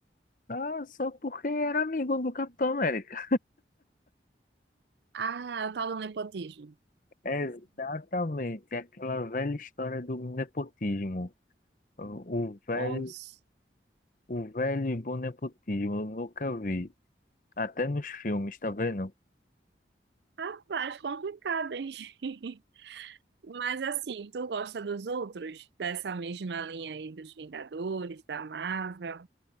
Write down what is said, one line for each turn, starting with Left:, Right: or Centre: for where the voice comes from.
Left: ah, só porque era amigo do Capitão América.
Right: Ah, o tal do nepotismo.
Left: <laughs> Exatamente, aquela velha história do nepotismo. O velho,
Right: Poxa,
Left: o velho e bom nepotismo, eu nunca vi. Até nos filmes, tá vendo?
Right: rapaz, complicado, hein? <laughs> Mas assim, tu gosta dos outros? Dessa mesma linha aí dos Vingadores, da Marvel?